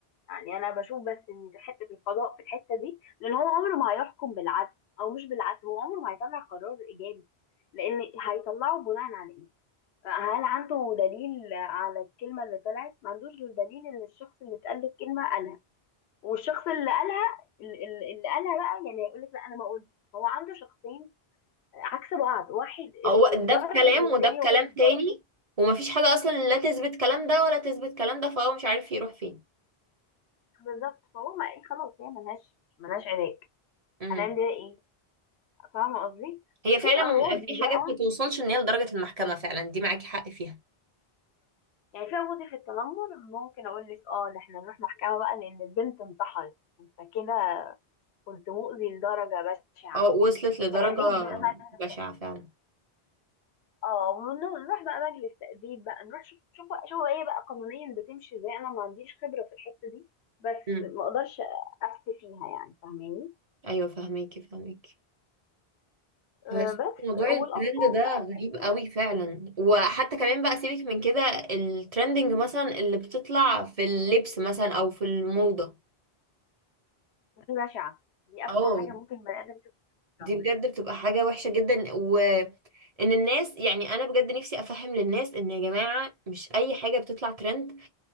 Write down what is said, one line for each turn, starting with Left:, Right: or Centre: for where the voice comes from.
Left: يعني انا بشوف بس ان في حته القضاء في الحته دي لان هو عمره ما هيحكم بالعدل او مش بالعدل هو عمره ما هيطلع قرار ايجابي لان هيطلعه بناء على ايه هل عنده دليل على الكلمة اللي طلعت؟ ما عندوش غير دليل ان الشخص اللي اتقال له الكلمة قالها والشخص اللي قالها ال- ال- اللي قالها بقى يعني هيقول لك لا انا ما قلت هو عنده شخصين عكس بعض واحد
Right: هو ده
Left: اتضرر
Right: بكلام
Left: والتاني
Right: وده بكلام
Left: هو اللي اتضرر
Right: تاني ومفيش حاجة اصلا لا تثبت كلام ده ولا تثبت كلام ده فهو مش عارف يروح فين
Left: بالظبط فهو ما ايه خلاص هي ملهاش ملهاش علاج
Right: امم
Left: هنعمل بيها ايه؟ فاهمة قصدي؟
Right: هي فعلا
Left: في قواضي
Right: في
Left: بقى
Right: حاجات ما توصلش ان هي لدرجة المحكمة فعلا دي معاكي حق فيها
Left: يعني في قواضي في التنمر ممكن اقول لك اه ده احنا نروح محكمة بقى لان البنت انتحرت انت كده كنت مؤذي لدرجة بشعة
Right: اه وصلت لدرجة
Left: تأديب بقى مجلس
Right: بشعة فعلا
Left: اه ونروح بقى مجلس تأديب بقى نروح شوف شوف شوف ايه بقى قانونيا بتمشي ازاي انا ما عنديش خبرة في الحتة دي بس
Right: امم
Left: ما اقدرش افتي فيها يعني فاهماني
Right: ايوه فهميكي فهميكي
Left: آه
Right: بس
Left: بس
Right: موضوع
Left: والاطفال
Right: الترند ده
Left: بقى
Right: غريب
Left: والاجيال
Right: قوي فعلا وحتى كمان بقى سيبك من كده الترندنج مثلا اللي بتطلع في اللبس مثلا او في الموضة
Left: بشعة دي ابشع
Right: اه
Left: حاجة ممكن بني ادم يشوفها في
Right: دي
Left: عمره.
Right: بجد بتبقى حاجة وحشة جدا وان الناس يعني انا بجد نفسي افهم للناس ان يا جماعة مش اي حاجة بتطلع ترند